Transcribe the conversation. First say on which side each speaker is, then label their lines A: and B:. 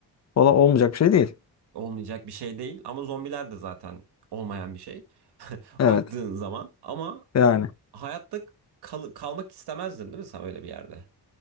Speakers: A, on the left (about 40°); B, on the right (about 75°).
A: Ola, olmayacak bir şey değil.
B: olmayacak bir şey değil ama zombiler de zaten olmayan bir şey <laughs>
A: Evet.
B: baktığın zaman. Ama
A: Yani.
B: hayatta kal- kalmak istemezdin değil mi sen öyle bir yerde?